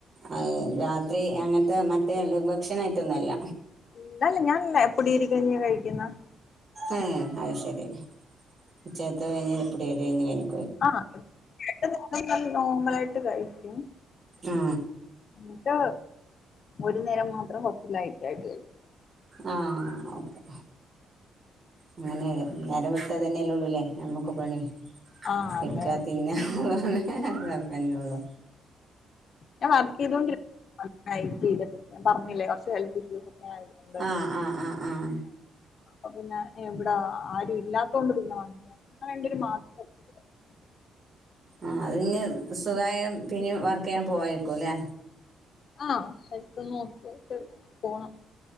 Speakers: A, on the right; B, on the left.
A: അഹ് രാത്രി അങ്ങനത്തെ മറ്റേ ലഘു ഭക്ഷണായിട്ടൊന്നല്ല
B: ഇല്ലല്ല ഞാൻ പൊടി അരിയാ കഴിക്കുന്ന
A: ഏഹ് അഹ് ശരി ഉച്ചേത്ത് കഴിഞ്ഞ <unintelligible>
B: ആഹ് <unintelligible> നോർമൽ ആയിട്ട് കഴിക്കും
A: ആ
B: എന്നിട്ട് ഒരു നേരം മാത്രം കൊറച്ച് ലേറ്റായിട്ട് കഴിക്കും
A: ആഹ് ഓക്കെ അങ്ങനെ നേരം വെളുത്ത ഇതന്നെല്ലേ ഉള്ളൂല്ലേ നമ്മുക്ക് പണി
B: ആഹ്
A: കെട്ക്കാ
B: അതെ
A: തിന്നാ <unintelligible> ന്നൊള്ളൂ
B: ഞാൻ വർക്ക് ചെയ്തൊണ്ടി <unintelligible> പറഞ്ഞില്ലേ കുറച്ച് ഹെൽത്ത് ഇഷ്യൂസ് ഒക്കെ ആയതുകൊണ്ട്
A: ആഹ് ആഹ് ആഹ് ആഹ്
B: അപ്പൊ പിന്നെ എവിടെ ആരും ഇല്ലാത്തൊണ്ട് പിന്നെ വന്നി ഞങ്ങൾ രണ്ടു പേരും മാ <unintelligible>
A: ആഹ് അതിഞ്ഞ് സുഖായ പിന്നേം വർക്ക് ചെയ്യാൻ പോവേയിക്കുംല്ലേ
B: ആഹ് ഹെൽത്തൊന്ന് ഓക്കെയായിട്ട് പോണം